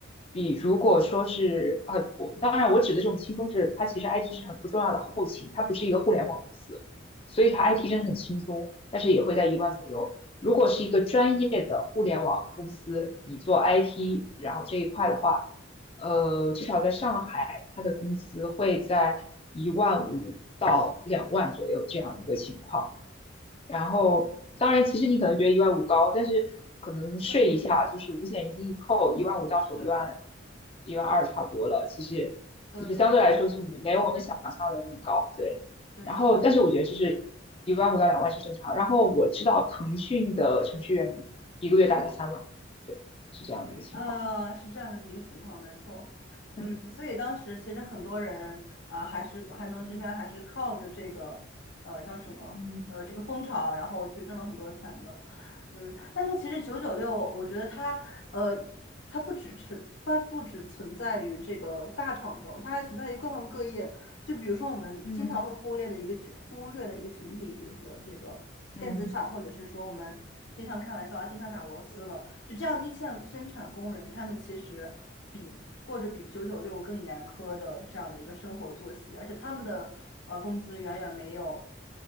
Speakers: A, on the left; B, on the left.
A: 比如果说是呃，我当然我指的这种轻松是，它其实 IT 是很不重要的后勤，它不是一个互联网公司，所以它
B: 嗯
A: IT 真的很轻松，但是也会在一万左右。
B: 嗯，
A: 如果是一个专业的互联网公司，你做 IT，然后这一块的话，呃，至少在上海，他的工资会在一万五到两万左右这样一个情况。然后，当然，其实你可能觉得一万五高，但是可能税一下，
B: 对
A: 就是五险一金一扣，一万五到手一万
B: 对
A: 一万二差不多了。其实，
B: 对对，
A: 其实相对来说就没没我们想象的那么高，
B: 甚至会更低一点。
A: 对。
B: 对，
A: 然后，
B: 是这样子。
A: 但是我觉得就是一万五到两万是正常。然后我知道腾讯的程序员一个月大概三万，对，是这样的一个情况。
B: 呃，是这样的一个情况，没错。嗯，
A: 嗯
B: 所以当时其实很多人啊、还是还能真正还是靠着这个呃叫什么呃这个风潮，
A: 嗯嗯
B: 然后去挣了很多钱的。嗯，但是其实九九六，我觉得它呃它不只存它不只存在于这个大厂中，它还存在于各行各业。就比如说我们经常会忽略的一个群忽略的一个群体，
A: 嗯，
B: 比如说这个电子厂，
A: 嗯
B: 或者是说我们。经常开玩笑啊，经常打螺丝了。就这样，一线生产工人他们其实比过着比九九六更严苛的这样的一个生活作息，而且他们的呃工资远远没有